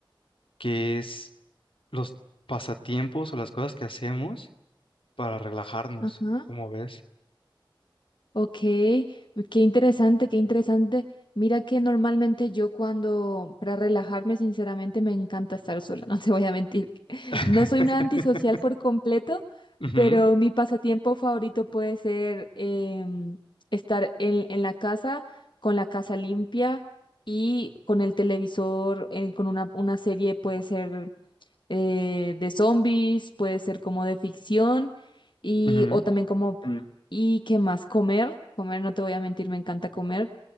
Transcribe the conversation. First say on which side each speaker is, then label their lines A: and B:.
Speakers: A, on the left; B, on the left.
A: que es los pasatiempos o las cosas que hacemos para relajarnos,
B: Ajá.
A: como ves.
B: Ok, qué interesante, qué interesante. Mira que normalmente yo cuando, para relajarme, sinceramente me encanta estar sola, <laughs> no te voy a mentir.
A: <laughs>
B: No soy una antisocial por completo,
A: Ujú,
B: pero mi pasatiempo favorito puede ser em, estar en, en la casa, con la casa limpia y con el televisor, eh, con una, una serie puede ser eh, de zombies, puede ser como de ficción y
A: ujú,
B: o también como Mm. y qué más comer, comer no te voy a mentir, me encanta comer.